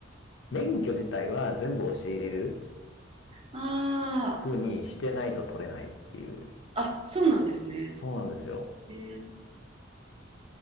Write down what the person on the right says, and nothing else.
あ
あ、あ、そうなんですね。
えー、